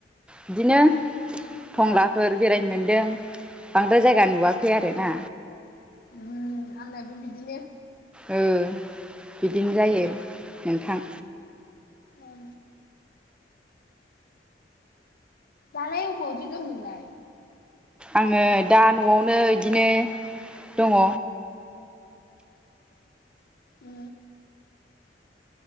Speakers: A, in the centre; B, on the left.
A: बिदिनो टंलाफोर बेरायनो मोनदों बांद्राय जायगा नुवाखै आरोना।
B: ओ आंनाबो बिदिनो।
A: ओ बिदिनो जायो नोंथां।
B: औ दालाय ओबावथो दं नोंलाय?
A: आङो दा न'आवनो बिदिनो दङ।
B: ओ